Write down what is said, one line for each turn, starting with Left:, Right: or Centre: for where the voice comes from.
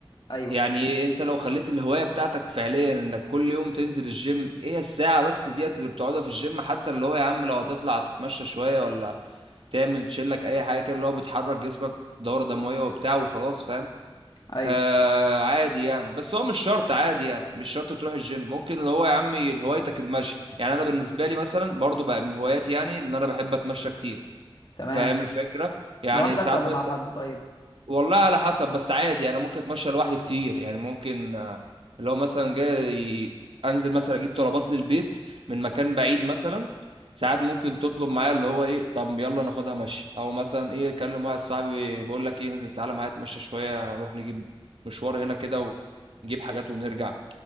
Left: ايوه
Right: يعني انت لو خليت الهواية بتاعتك فعليا انك كل يوم تنزل الجيم ايه الساعة بس ديت اللي بتقعدها في الجيم حتى اللي هو يا عم لو هتطلع تتمشى شوية ولا تعمل تشيلك اي حاجة كده اللي هو بتحرك جسمك دورة دموية وبتاع وخلاص فاهم
Left: ايوه
Right: آه عادي يعني بس هو مش شرط عادي يعني مش شرط تروح الجيم ممكن اللي هو يا عمي هوايتك المشي يعني انا بالنسبة لي مثلا برضو بقى من هواياتي يعني ان انا بحب اتمشى كتير
Left: تمام
Right: فاهم الفكرة يعني
Left: لوحدك
Right: ساعات
Left: ولا
Right: بس
Left: مع حد طيب
Right: والله على حسب بس عادي يعني ممكن اتمشى لوحدي كتير يعني ممكن آه، اللي هو مثلا جاي انزل مثلا اجيب طلبات للبيت من مكان بعيد مثلا ساعات ممكن تطلب معايا اللي هو ايه طب يلا ناخدها مشي او مثلا ايه اكلم واحد صاحبي بقول لك ايه انزل تعالى معايا اتمشى شويه نروح نجيب مشوار هنا كده ونجيب حاجات ونرجع